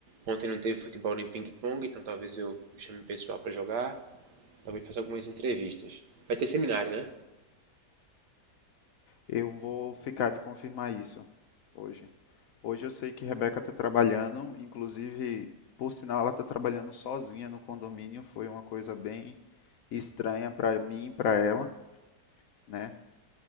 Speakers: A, on the right; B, on the left.
A: Ontem não teve futebol nem ping-pong, então talvez eu chame o pessoal pra jogar, talvez faça algumas entrevistas. Vai ter seminário, né?
B: Eu vou ficar de confirmar isso hoje. Hoje eu sei que Rebeca está trabalhando, inclusive, por sinal, ela está trabalhando sozinha no condomínio. Foi uma coisa bem estranha para mim e para ela, né?